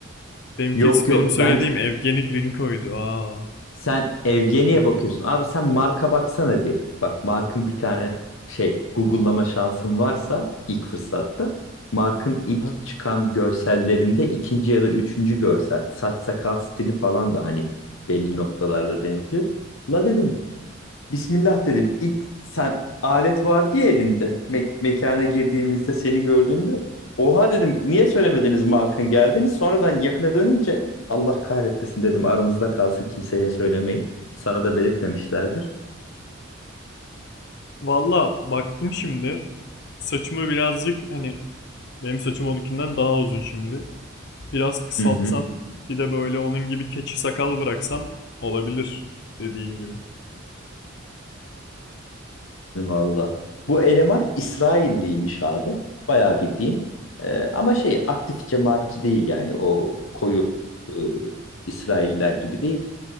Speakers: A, on the left; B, on the left.
A: Benimki,
B: yok yok
A: benim söylediğim
B: ben
A: Evgeni Grinko'ydu. Aa.
B: sen Evgeni'ye bakıyorsun. Abi sen marka baksana bir. Bak markın bir tane şey Google'lama şansın varsa ilk fırsatta markın ilk
A: Aha.
B: çıkan görsellerinde ikinci ya da üçüncü görsel saç sakal stili falan da hani belli noktalarda benziyor. La dedim Bismillah dedim. İlk sen alet vardı ya elinde. Me- mekana girdiğimizde seni gördüğümde. Oha dedim. Niye söylemediniz markın geldiniz? Sonradan yakına dönünce Allah kahretmesin dedim. Aramızda kalsın kimseye söylemeyin. Sana da belirtmemişlerdir.
A: Valla baktım şimdi. Saçımı birazcık hani benim saçım onunkinden daha uzun şimdi. Biraz kısaltsam,
B: Hı hı.
A: bir de böyle onun gibi keçi sakal bıraksam olabilir dediğin gibi.
B: Valla. Bu eleman İsrailliymiş abi. Bayağı bildiğin. Ee, ama şey aktif cemaatçi değil yani o koyu e, İsrailler gibi değil.